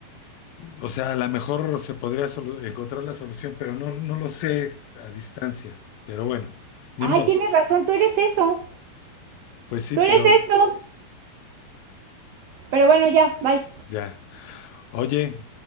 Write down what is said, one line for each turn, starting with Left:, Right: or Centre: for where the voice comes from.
Left: O sea, a lo mejor se podría solu- encontrar la solución, pero no, no lo sé a distancia. Pero bueno, ni
Right: Ay,
Left: modo.
Right: tienes razón, tú eres eso.
Left: Pues sí,
Right: Tú
Left: pero
Right: eres esto. Pero bueno, ya, bye.
Left: ya. Oye,